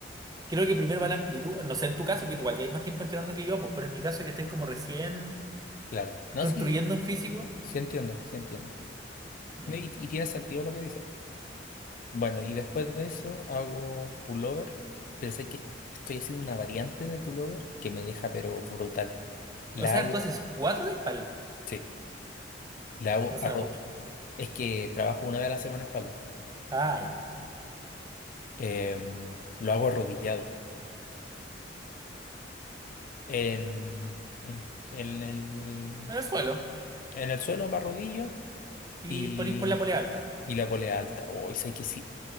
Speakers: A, on the right (about 20°); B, on the left (about 45°).
A: Creo que primero va la amplitud. No sé en tu caso, porque igual ya hay más tiempo entrenando que yo, pues, pero en mi caso que estoy como recién
B: Claro. No,
A: construyendo
B: sí,
A: un físico.
B: sí entiendo, sí entiendo.
A: mm.
B: Ne- Y, y tiene sentido lo que dice. Bueno, y después de eso hago pullover, pero sé que estoy haciendo una variante de pullover que me deja pero brutal. La
A: O sea,
B: hago,
A: tú haces cuatro de espalda.
B: sí, la hago
A: No será
B: arro-
A: mucho.
B: Es que trabajo una vez a la semana espalda.
A: Ay,
B: em, lo hago arrodillado. En, en, en el,
A: Venezuela.
B: en el suelo me arrodillo
A: Y
B: y,
A: por ir por la polea alta.
B: y la polea alta. Oh, y sé que sí.